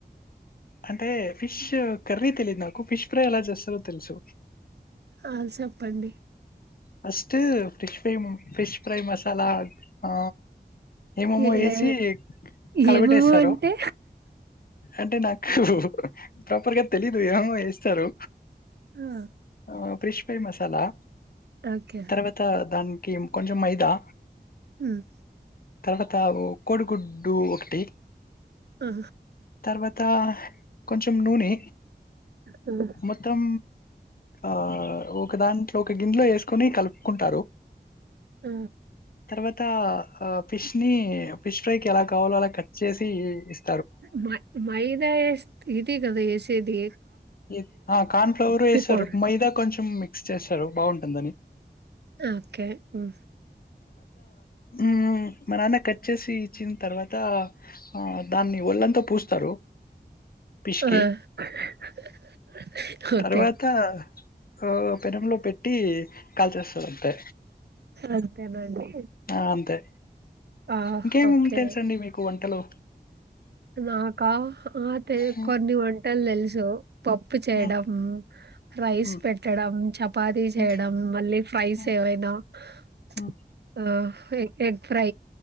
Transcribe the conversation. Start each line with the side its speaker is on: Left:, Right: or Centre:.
Left: అంటే ఫిష్ కర్రీ తెలిదు నాకు, ఫిష్ ఫ్రై ఎలా చేస్తారో తెలుసు
Right: అ సెప్పండి
Left: ఫస్ట్ ఫిష్ ఎమో ఫిష్ ఫ్రై మసాలా ఆ ఏమేమో
Right: ఏ
Left: వేసి
Right: ఏ
Left: కలపెట్టేస్తారు.
Right: ఏమేమో అంటే
Left: అంటే నాకు ప్రాపర్గా తెలీదు ఏమో వేస్తారు
Right: ఆ
Left: ఆ ఫిష్ ఫ్రై మసాలా
Right: ఓకే
Left: తర్వాత దాన్ ఇమ్ కొంచం మైదా
Right: హుమ్
Left: తర్వాత ఓ కోడిగుడ్డు ఒకటి
Right: ఆ
Left: తర్వాత కొంచెం నూనె
Right: హ్మ్.
Left: మొత్తం ఆ ఒక దాంట్లో ఒక గిన్నెలో వేసుకొని కలుపుకుంటారు
Right: ఆ
Left: తర్వాత ఆ ఫిష్ ని ఫిష్ ఫ్రై కి ఎలా కావాలో అలా కట్ చేసి వేస్
Right: మ మైదా ఎస్ ఇది గా వేసేది
Left: ఇది కార్న్ఫ్లోరు వేస్తారు
Right: పౌడర్
Left: మైదా కొంచెం మొత్తం మిక్స్ చేశారు బాగుంటుందని
Right: ఓకే ఉ
Left: ఉ మా నాన్న కట్ చేసి ఇచ్చిన తర్వాత ఆ దాన్ని ఒళ్ళంతా పూస్తారు
Right: <unintelligible>
Left: ఫిష్‌కి.
Right: ఓకే
Left: తర్వాత హా పెనంలో పెట్టి యే కాల్చేస్తారు అంతే
Right: అంతేనండి
Left: ఆ అంతే
Right: ఆ
Left: ఇంకేం
Right: ఓకే
Left: తెలుసండి మీకు వంటలు
Right: నాకా అ తె
Left: హ్మ్.
Right: కొన్ని వంటల్ తెలుసు హెలో పప్పు చేయడం
Left: హ్మ్.
Right: రైస్
Left: హ్మ్.
Right: పెట్టడం చేప్ పాధి
Left: హ్మ్.
Right: చేయడం మళ్ళీ ఫ్రైస్
Left: హ్మ్.
Right: ఏవైనా అయిన
Left: హ్మ్.
Right: హా ఫ్రై ఎగ్ ఫ్రై